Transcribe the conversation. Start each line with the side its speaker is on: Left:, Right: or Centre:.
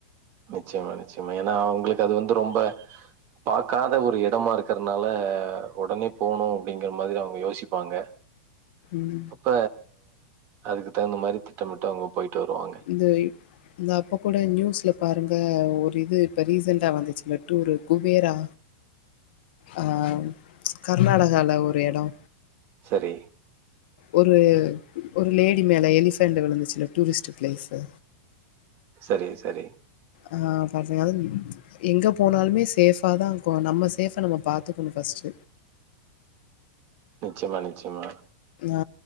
Right: நிச்சயமா நிச்சயமா ஏன்னா அவங்களுக்கு அது வந்து ரொம்ப பார்காத ஒரு எடமா இருக்குறதுனால ஒடனே போணு அப்படிங்கிற மாரி அவங்க யோசிப்பாங்க
Left: ம்
Right: அப்ப அதுக்கு தகுந்த மாரி திட்டமிட்டு அவங்க போயிட்டு வருவாங்க.
Left: இது இந்த அப்ப கூட நியூஸ்ல பாருங்க ஒரு இது இப்ப ரீசெண்டா வந்துச்சுல்ல டூரு குபேரா ஆ கர்நாடகால ஒரு எடோ
Right: சரி
Left: ஒரு ஒர் லேடி மேல எலிஸ்பேன்ட்டு விழுந்துச்சுல டூரிஸ்ட் பிளேஸ்சு
Right: சரி சரி
Left: ஆ பாத்தீங்கள் எங்க போனாலுமே சேஃபாதா கோ நம்ம சேஃப்ப நம்ம பாத்துக்குணு ஃபஸ்ட்
Right: நிச்சிம்மா நிச்சிம்மா
Left: ஆ